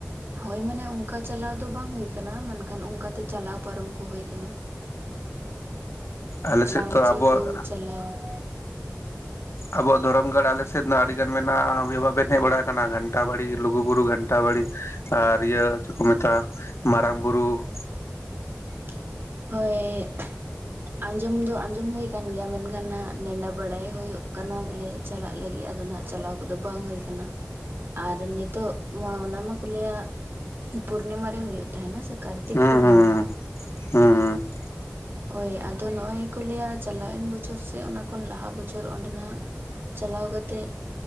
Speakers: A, on the right; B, on the left.
A: ᱦᱳᱭ ᱢᱟᱱᱮ ᱚᱱᱠᱟ ᱪᱟᱞᱟᱣ ᱫᱚ ᱵᱟᱝ ᱦᱩᱭ ᱠᱟᱱᱟ ᱢᱮᱱᱠᱷᱟᱱ ᱚᱱᱠᱟᱛᱮ ᱪᱟᱞᱟᱣ ᱯᱟᱨᱚᱢ ᱠᱚ ᱦᱩᱭ ᱠᱟᱱᱟ ᱾
B: ᱟᱞᱮ ᱥᱮᱫ
A: ᱨᱟᱱᱪᱤ
B: ᱛᱚ ᱟᱵᱚᱣᱟᱜ
A: ᱠᱚ ᱪᱟᱞᱟᱣ ᱾
B: ᱟᱵᱚᱣᱟᱜ ᱫᱷᱚᱨᱚᱢ ᱜᱟᱲ ᱟᱞᱮᱥᱮᱫ ᱫᱚ ᱟᱹᱰᱤ ᱜᱟᱱ ᱢᱮᱱᱟᱜᱼᱟ ᱟᱵᱤᱱ ᱵᱟᱵᱮᱱ ᱦᱮᱡ ᱵᱟᱲᱟ ᱟᱠᱟᱱᱟ ᱜᱷᱟᱱᱴᱟ ᱵᱟᱲᱤ ᱞᱩᱜᱩ ᱵᱩᱨᱩ ᱼᱼ ᱴᱟ ᱵᱟᱲᱤ ᱟᱨ ᱤᱭᱟᱹ ᱪᱮᱫ ᱠᱚ ᱢᱮᱛᱟᱜᱼᱟ ᱢᱟᱨᱟᱝ ᱵᱩᱨᱩ ᱾
A: ᱦᱳᱭ ᱼᱼ ᱟᱸᱡᱚᱢ ᱫᱚ ᱟᱸᱡᱚᱢ ᱦᱩᱭ ᱠᱟᱱ ᱜᱮᱭᱟ ᱢᱮᱱᱠᱷᱟᱱ ᱦᱟᱸᱜ ᱱᱮᱰᱟ ᱵᱟᱲᱟᱭ ᱦᱩᱭᱩᱜ ᱠᱟᱱᱟ ᱵᱚᱞᱮ ᱼᱼ ᱪᱟᱞᱟᱜ ᱞᱟᱹᱜᱤᱫ ᱟᱫᱚ ᱱᱟᱜ ᱪᱟᱞᱟᱣ ᱠᱚᱫᱚ ᱵᱟᱝ ᱦᱩᱭ ᱠᱟᱱᱟ ᱾ ᱟᱨ ᱱᱤᱛᱚᱜ ᱢᱟ ᱚᱱᱟ ᱢᱟᱠᱚ ᱞᱟᱹᱭᱟ ᱯᱩᱨᱱᱤᱢᱟ ᱨᱮ ᱦᱩᱭᱩᱜ ᱛᱟᱦᱮᱱᱟ ᱥᱮ ᱼᱼ ᱠᱟᱨᱛᱤᱠ
B: ᱦᱩᱸ
A: ᱯᱩᱨᱱᱤᱢᱟ ᱾
B: ᱦᱩᱸ ᱦᱩᱸ ᱾
A: ᱦᱳᱭ ᱟᱫᱚ ᱱᱚᱜᱚᱭ ᱠᱚ ᱞᱟᱹᱭᱟ ᱪᱟᱞᱟᱣ ᱮᱱ ᱵᱚᱪᱷᱚᱨ ᱥᱮ ᱚᱱᱟ ᱠᱷᱚᱱ ᱞᱟᱦᱟ ᱵᱚᱪᱷᱚᱨ ᱚᱸᱰᱮ ᱱᱟᱦᱟᱜ ᱼᱼ ᱪᱟᱞᱟᱣ ᱠᱟᱛᱮᱫ